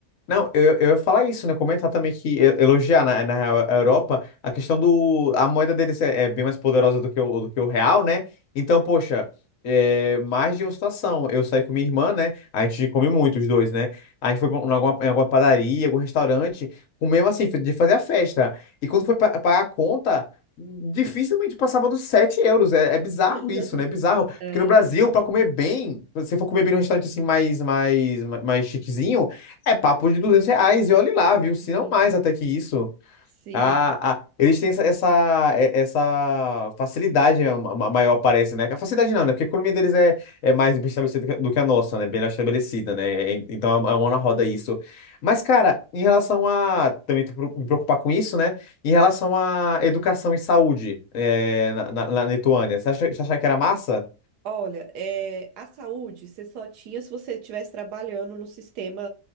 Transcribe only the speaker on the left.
Não, eu, eu ia falar isso, né? Comentar também que e- elogiar na, na real, a Europa a questão do. A moeda deles é, é bem mais poderosa do que o, do que o real, né? Então, poxa, é, mais de uma situação. Eu saí com minha irmã, né? A gente come muito, os dois, né? A gente foi pra- em alguma, em alguma padaria, algum restaurante, comemos assim, de fazer a festa. E quando foi pa- pagar a conta, dificilmente passava dos 7 euros. É, é bizarro
isso, né? É bizarro.
Porque no Brasil, pra comer bem, se for comer bem num restaurante assim mais, mais, mais chiquezinho. É papo de 200 reais, e olhe lá, viu? Se
não mais até que isso.
Ah, ah, eles têm essa, essa, é- essa facilidade a- a- maior, parece, né? A facilidade não, né? Porque a economia deles é, é mais bem estabelecida do que do que a nossa, né? Bem estabelecida, né? É- Então é uma é uma mão na roda isso. Mas, cara, em relação a. Também tenho que pro- me preocupar com isso, né? Em relação à educação e saúde é, na, na, na Lituânia, você acha, você acha que era massa?